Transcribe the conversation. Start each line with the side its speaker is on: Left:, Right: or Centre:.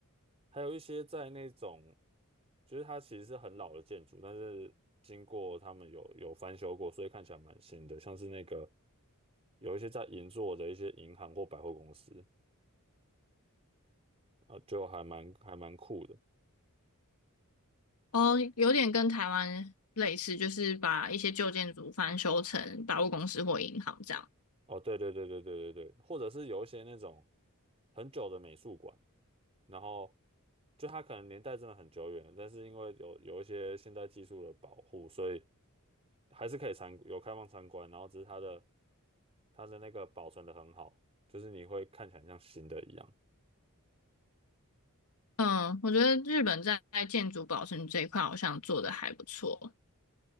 Right: 还有一些在那种，就是它其实是很老的建筑，但是经过他们有有翻修过，所以看起来蛮新的，像是那个有一些在银座的一些银行或百货公司，啊，就还蛮还蛮酷的。
Left: 哦，有点跟台湾类似，就是把一些旧建筑翻修成百货公司或银行这样。
Right: 哦，对对对对对对对，或者是有一些那种很久的美术馆，然后就它可能年代真的很久远了，但是因为有有一些现代技术的保护，所以还是可以参有开放参观，然后只是它的它的那个保存的很好，就是你会看起来像新的一样。
Left: 嗯，我觉得日本在建筑保存这一块好像做得还不错。